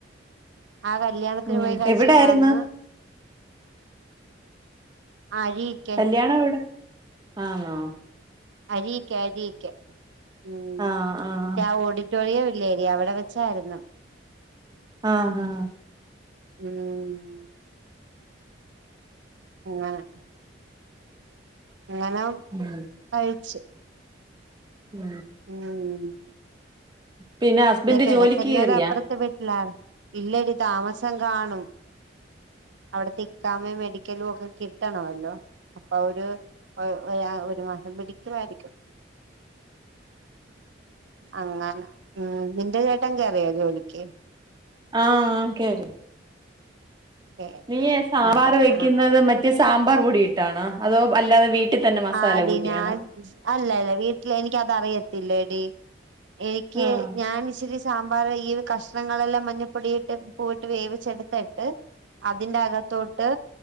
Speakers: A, on the right; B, on the right.
A: ആ കല്യാണത്തിന്
B: ഉം
A: പോയി കഴിച്ചിട്ട്
B: എവിടായിരുന്നു
A: വന്ന് ആ ഴീക്ക്
B: ല്ല്യാണ എവിടെ ആണോ
A: അഴിക്കേ അഴിക്കേ ഉം
B: ആ ആ
A: യാ ഓടി വിക്ടോറിയ വില്ലേടി അവിടെ വെച്ചായിരുന്നു
B: ആ ഹാ
A: ഉം ആഹ് അങ്ങനെ
B: ആഹ്
A: കഴിച്ച്
B: ഉം
A: ന്നാ ഉം
B: പിന്നെ ഹസ്ബൻഡ്
A: ലേ കിടക്കുന്നത്
B: ജോലിക്ക് കേറിയാ
A: അപ്പുറത്ത് വിട്ടിലണ് ഇല്ലടി താമസം കാണും അവിടെ ഇക്കാമേയും മെഡിക്കലും ഒക്കെ കിട്ടണല്ലോ അപ്പൊ അവര് വ വരാൻ ഒരു മാസം പിടിക്കുവായിരിക്കും അങ്ങ ഉം നിന്റെ ചേട്ടൻ കേറിയോ ജോലിക്ക്
B: ആ ഓക്കെ
A: കേറി
B: നീയേ
A: കേറി
B: സാമ്പാറ്
A: ആഹ്
B: വെക്കുന്നത്
A: ആഹ് ആഹ്
B: മറ്റേ സാമ്പാർ പൊടി ഇട്ടാണോ അതോ അല്ലാതെ വീ ട്ടി തന്നെ മസാല
A: ആടി
B: കൂട്ടിയാണോ
A: ഞാൻ അല്ല അല്ല വീട്ടില് എനിക്കത അറിയത്തില്ല എടി എനിക്ക്
B: ആഹ്
A: ഞാൻച്ചരി സാമ്പാർ ഈ കഷ്ണങ്ങളെല്ലാം മഞ്ഞപ്പൊടിയിട്ട് പൂവിട്ട് വേവിച്ചെടുത്തിട്ട് അതിന്റെകത്തോട്ട്